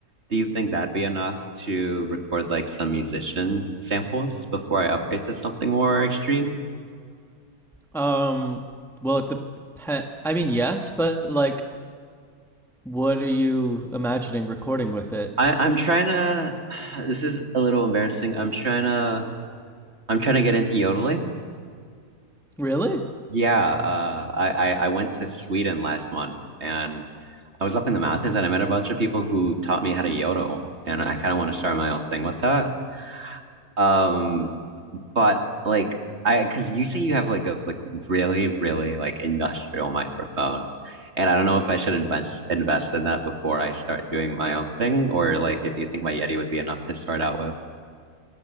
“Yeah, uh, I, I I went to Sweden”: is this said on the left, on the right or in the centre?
Right